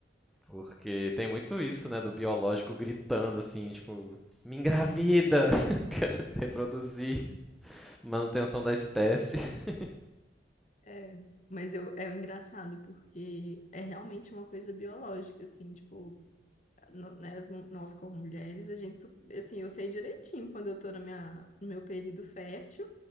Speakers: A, in the centre; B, on the left.
A: Porque tem muito isso, né, do biológico gritando, assim, tipo: Me engravida!
B: Sim.
A: <laughs> Quero reproduzir, manutenção da espécie. <laughs>
B: É. Mas eu, é engraçado, porque é realmente uma coisa biológica, assim, tipo, no- né, as mu- nós como mulheres, a gente, su- assim, eu sei direitinho quando eu tô na minha, no meu período fértil,